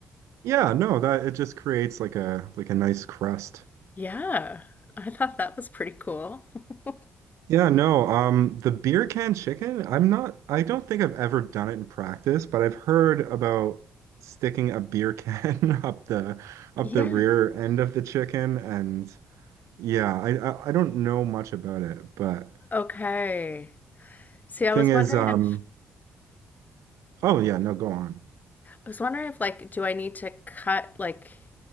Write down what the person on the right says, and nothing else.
Yeah, no, that it just creates like a like a nice crust.
Yeah, no, um the beer can chicken, I'm not I don't think I've ever done it in practice, but I've heard about sticking a beer can <laughs> up the up
the rear end of the chicken and yeah, I I, I don't know much about it, but
thing
is
um
oh yeah, no, go on.